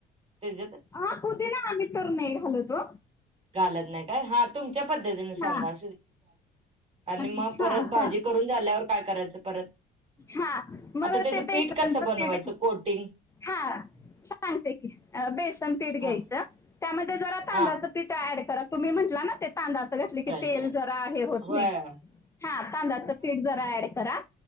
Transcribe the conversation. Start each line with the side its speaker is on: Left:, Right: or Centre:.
Right: त्याच्यात
Left: हा कुती ना आम्ही तर नाही घालतो
Right: घालत नाही काय हात तुमच्या पद्तीन सांगा
Left: हा हा
Right: लगत
Left: चालतंय.
Right: भाजीून काय करायचं परत
Left: हा मग
Right: आता त्याचं
Left: ते बेसनच
Right: पीठ कसं बनवायचं
Left: पीठ
Right: कोटिंग
Left: हा छांगते की बेसन पीठ
Right: हा
Left: घ्यायचं त्यामध्ये जरा कांददाचं
Right: हा
Left: पिठा ऍड करा तुम्ही म्हटला ना ते तांददाच घातलं
Right: करायचं
Left: की तेल जरा आहे होत
Right: होय
Left: नाही हा तांद्याचं पीठ जरा ऍड करा